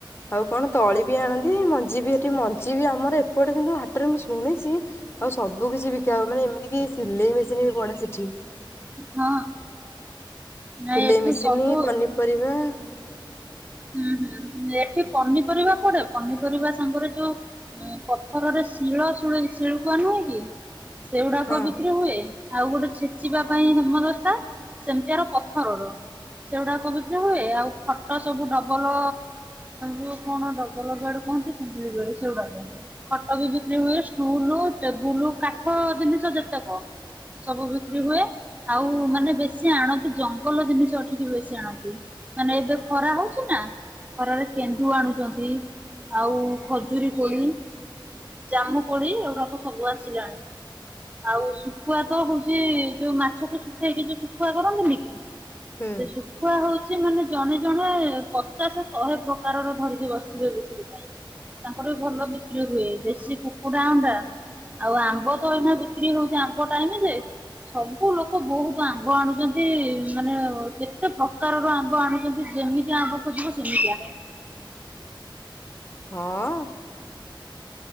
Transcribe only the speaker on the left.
ଆଉ କଣ ତଳି ବି ଆଣନ୍ତି, ମଞ୍ଜି ବି ଏଠି ମଞ୍ଜି ବି ଆମର ଏପଟେ କିନ୍ତୁ ହାଟରେ ମୁଁ ଶୁଣିଚି ଆଉ ସବୁ କିଛି ବିକା ହବ, ମାନେ ଏମିତି କି ସିଲେଇ ମେସିନ ବି ପଡେ ସେଠି।
ସିଲେଇ
ମେସିନ୍,
ପନିପରିବା
ହଁ
ହୁଁ
ହଁ